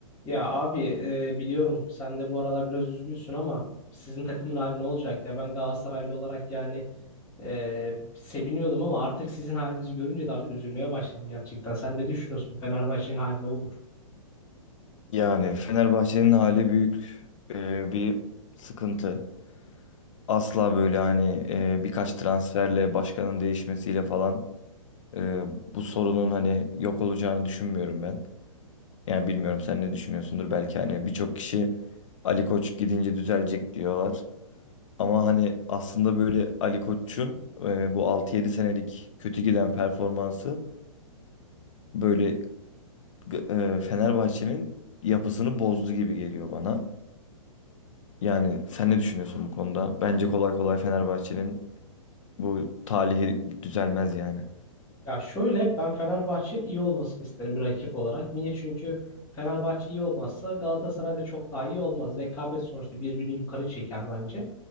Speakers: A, on the left; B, on the left.
A: Ya abi e, biliyorum sen de bu aralar biraz üzgünsün ama sizin takımın hali ne olacak ya? Ben Galatasaraylı olarak yani e, seviniyordum ama artık sizin halinizi görünce de artık üzülmeye başladım gerçekten. Sen ne düşünüyorsun? Bu Fenerbahçe'nin hali ne olur?
B: Yani Fenerbahçe'nin hali büyük e, bir sıkıntı. Asla böyle hani e, birkaç transferle başkanın değişmesiyle falan e, bu sorunun hani yok olacağını düşünmüyorum ben. Yani bilmiyorum sen ne düşünüyorsundur belki hani birçok kişi Ali Koç gidince düzelecek diyorlar. Ama hani aslında böyle Ali Koç'un e, bu altı yedi senelik kötü giden performansı böyle e, Fenerbahçe'nin yapısını bozdu gibi geliyor bana. Yani sen ne düşünüyorsun bu konuda? Bence kolay kolay Fenerbahçe'nin bu talihi düzelmez yani.
A: Ya şöyle ben Fenerbahçe'nin iyi olmasını isterim bir rakip olarak. Niye? Çünkü Fenerbahçe iyi olmazsa Galatasaray da çok daha iyi olmaz. Rekabet sonuçta birbirini yukarı çeker bence.